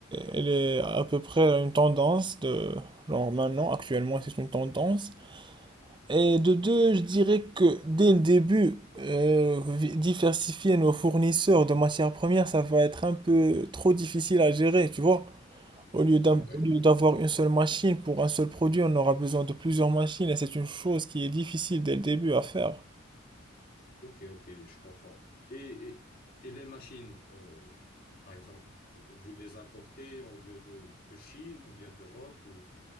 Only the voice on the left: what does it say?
Ouais, ouais.
Ok, ok, je comprends. Et, et, et les machines, euh, par exemple, vous les importez en- de, de, de Chine ou bien d'Europe ou,